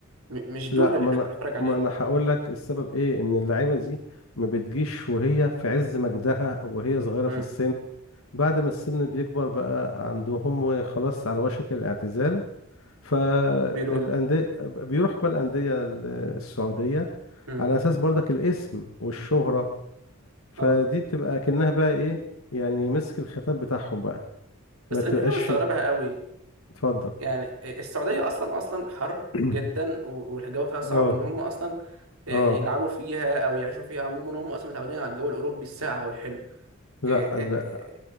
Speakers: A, on the right; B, on the left.
A: م- مش دول
B: لا
A: اللي
B: ما
A: احنا
B: انا
A: كنا بنتفرج عليهم
B: ما انا هقول لك السبب ايه ان اللعيبه دي ما بتجيش وهي في عز مجدها او وهي صغيره
A: امم
B: في السن بعد ما السن بيكبر بقى عندهم وخلاص على وشك الاعتزال فالانديه
A: بيروح
B: بيروح بقى الانديه ال- السعوديه
A: امم
B: على اساس برضك الاسم والشهره فدي
A: اه
B: بتبقى كأنها بقى ايه يعني مسك الختام بتاعهم بقى
A: بس
B: ما تبقاش
A: انا في حاجه مستغربها قوي
B: اتفضل
A: يعني السعوديه اصلا اصلا حر
B: <clears throat>
A: جدا و- والجو فيها صعب
B: اه
A: ان هم اصلا يلعبوا
B: اه
A: فيها او يعيشوا فيها عموما هم اصلا متعودين على الجو الاوروبي الساقع والحلو إيه-
B: لا
A: إيه- إيه،
B: لا